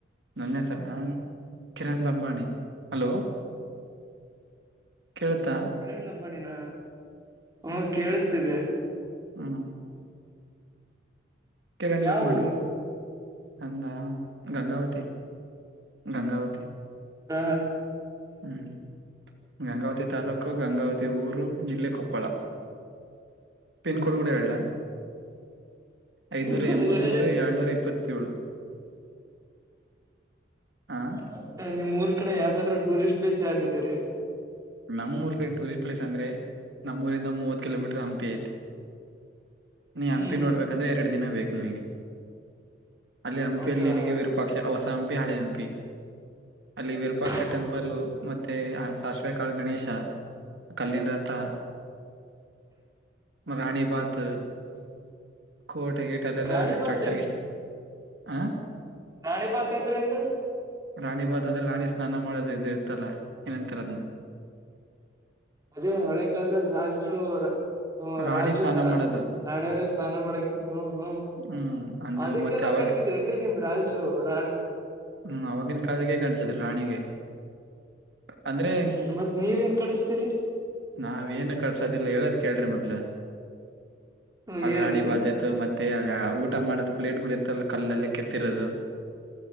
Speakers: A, on the right; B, on the right.
A: ನನ್ನ ಹೆಸರ ಕಿರಣ್ ಲಂಬಾಣಿ ಹಲೋ ಕೇಳ್ತಾ
B: ಕಿರಣ್ ಲಂಬಾಣಿ ನಾ ಹ ಕೇಳಿಸ್ತಿದೆ
A: ಹ್ಮ ಕಿರಣ್
B: ಯಾವರು
A: ಲಂಬಾಣಿ ಅಂದ ಗಂಗಾವತಿ ಗಂಗಾವತಿ
B: ಹ
A: ಹ್ಮ್ ಗಂಗಾವತಿ ತಾಲೂಕು ಗಂಗಾವತಿ ಊರು ಜಿಲ್ಲೆ ಕೊಪ್ಪಳ ಪಿನ್ ಕೋಡ್ ಕೂಡ ಹೇಳಲ್ಲ ಐದನೂರ
B: ತಿಳ್ಕೊಂಡ
A: ಎಂಬತ್ತಮೂರು
B: ಹೇಳಿ
A: ಎರಡನೂರಾ ಇಪ್ ಇಪ್ಪತ್ತೇಳು ಆ
B: ಮತ್ತೆ ನಿಮ್ಊರ್ ಕಡೆ ಯಾವ್ದಾದ್ರೂ ಟೂರಿಸ್ಟ್ ಪ್ಲೇಸ್ ಯಾವ್ದೀರಿ
A: ನಮ್ಮೂರ್ ಕಡೆ ಟೂರಿಸ್ಟ್ ಪಲೇಸ್ ಅಂದ್ರೆ ನಮ್ಮ ಊರಿಂದ ಮೂವತ್ ಕಿಲೋಮೀಟರ್ ಹಂಪಿ ಐತಿ ನೀ ಹಂಪಿ
B: ಹ್ಮ್
A: ನೋಡ್ಬೇಕಂದ್ರ ಎರಡ ದಿನ ಬೇಕ್ ನಿಮಗೆ ಅಲ್ಲಿ ಹಂಪಿಯಲ್ಲಿ
B: ಹೌದಾ
A: ನಿನಗೆ ವಿರೂಪಾಕ್ಷ ಹೊಸ ಹಂಪಿ ಹಳೆ ಹಂಪಿ ಅಲ್ಲಿ ವಿರೂಪಾಕ್ಷ
B: ಹ್ಮ
A: ಟೆಂಪಲ್ ಮತ್ತೆ ಶಶ್ವ ಕಡ್ಲೆಕಾಳ ಗಣೇಶ ಕಲ್ಲಿನ ರಥ ರಾಣಿ ಬಾತ್ ಕೋಟ್ ಗೀಟ್ ಅಲ್ಲೆಲ್ಲಾ
B: ರಾಣಿಬಾತ್
A: ಸ್ಟ್ರಕ್ಚರ್ಗ ಇಷ್ಟ ಹ
B: ನಾಣಿ ಬಾತ್ ಅಂದ್ರ ನ್ರಿ
A: ರಾಣಿ ಭಾತ್ ಅಂದ್ರೆ ರಾಣಿ ಸ್ನಾನ ಮಾಡೋದ ಇದು ಇರ್ತಲ್ಲ ಏನಂತಾರೆ ಅದ್ನು
B: ಅದೇ ಹಳೆ ಕಾಲ್ದಲ್ಲಿ ರಾಜರು ಹ್ಮ
A: ರಾಣಿ
B: ರಾಜರುಸ
A: ಸ್ನಾನ ಮಾಡೋದು
B: ನಾಣಿಯವ್ರ ಸ್ನಾನ ಮಾಡಕ್ ಹ ಹ್ಮ್
A: ಹ್ಮ್ ಅದು
B: ಅದಕ್ಕೆಲ್ಲಾ
A: ಮತ್ತೆ ಅವಾಗ
B: ಕಟ್ಸಿದ್ರಿ ಏನ್ರಿ ನಿಮ್ ರಾಜು ರಾಣ.
A: ಹ್ಮ್ ಅವವಾಗಿನ ಕಾಲಕ್ಕೆ ಕಟ್ಸಿದ್ರು ರಾಣಿಗೆ ಅಂದ್ರೆ
B: ಹ್ಮ ಮತ್ ನೀವ ಏನ್ ಕಡಸ್ತಿರಿ.
A: ನಾವೇಏನು ಕಟ್ಸೊದಿಲ್ಲ ಹೇಳೋದ ಕೇಳ್ರಿ ಮೊದ್ಲು
B: ಹ್ಮ
A: ಅಲ್
B: ಹೇಳ್ರಿ
A: ರಾಣಿ ಬಾತ್ತ್ತು ಮತ್ ಮ ಆಗ ಊಟ ಮಾಡದ್ ಪ್ಲೇಟ್ ಗಳು ಇರ್ತಲ್ಲ ಕಲ್ಲಲ್ಲಿ ಕೆತ್ತಿರೋದು.